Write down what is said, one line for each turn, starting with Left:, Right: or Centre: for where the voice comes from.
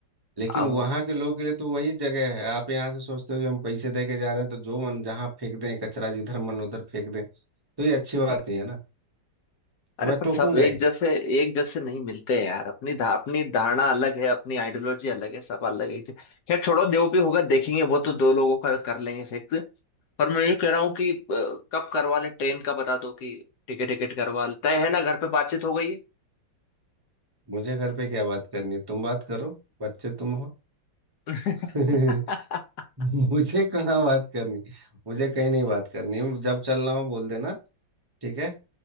Right: लेकिन
Left: अब
Right: वहां के लोगों के लिए तो वही जगह है आप यहाँ से सोचते हो कि हम पैसे दे के जा रहे हैं तो जो मन जहाँ फेंक दें कचरा जिधर मन उधर फेंक दें तो ये अच्छी बात
Left: स-
Right: नहीं है ना
Left: अरे
Right: तो मैं
Left: पर
Right: टोकूंगा
Left: सब एक
Right: ही
Left: जैसे एक जैसे नहीं मिलते हैं यार अपनी धा, अपनी धारणा अलग है अपनी आइडियोलॉजी अलग है सब अलग है खैर छोड़ो जो भी होगा देखेंगे वो तो दो लोगों का कर लेंगे फिक्स पर मैं ये कह रहा हूँ कि अ, कब करवा लें ट्रेन का बता दो कि टिकट टिकट करवा लें तय है ना घर पे बातचीत हो गई है?
Right: मुझे घर पे क्या बात करनी है तुम बात करो बच्चे तुम हो
Left: <laughs>
Right: <laughs> मुझे कहाँ बात करनी मुझे कहीं नहीं बात करनी जब चलना हो बोल देना ठीक है